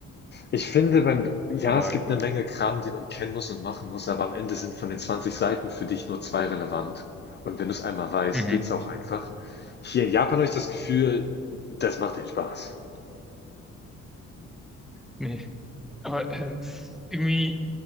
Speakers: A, on the left; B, in the centre.
A: Ich finde, man, ja,
B: Aber
A: es gibt
B: gut.
A: eine Menge Kram, den man kennen muss und machen muss, aber am Ende sind von den 20 Seiten für dich nur zwei relevant. Und wenn du es einmal weißt,
B: Mhm.
A: geht's auch einfach. Hier in Japan habe ich das Gefühl, das macht den Spaß.
B: Nee. Aber äh, es ist irgendwie.